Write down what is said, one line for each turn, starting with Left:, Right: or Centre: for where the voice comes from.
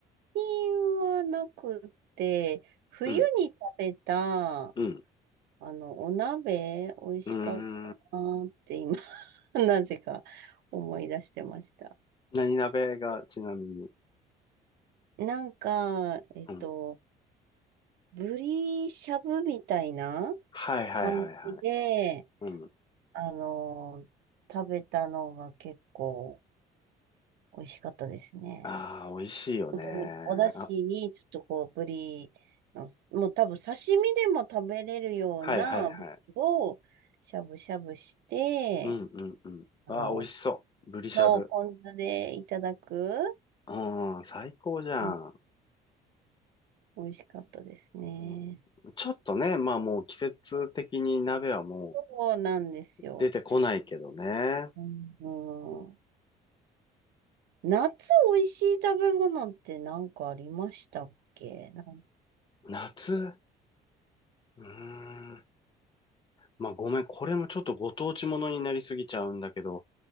Right: 近はなくて、冬に食べた、
Left: うん、うん、
Right: あの、お鍋、美味しかったなーって今、
Left: うーん。
Right: <laughs> なぜか思い出してました。
Left: 何鍋がちなみに。
Right: なんか、えっと、
Left: うん。
Right: ブリしゃぶみたいな
Left: はいはいはいはい
Right: 感じで、
Left: うん。
Right: あの、食べたのが結構美味しかったですね。
Left: ああ、美味しいよね。
Right: 本当にお出汁にちょっとこうブリの、
Left: あ、
Right: もう多分刺身でも食べれるようなブリをしゃぶしゃぶして、
Left: はいはいはい。うんうんうん。
Right: あの、
Left: ああ、美味しそう。ブリしゃぶ。
Right: そう、ポン酢でいただく、
Left: うん、最高じゃん。
Right: ね、美味しかったですね。
Left: うんちょっとね、まあもう季節的に鍋はも
Right: そうなんですよ。
Left: う出てこないけどね。
Right: うん、うん夏美味しい食べ物って何かありましたっけなん
Left: 夏うーん。まあごめん、これもちょっとご当地ものになりすぎちゃうんだけど、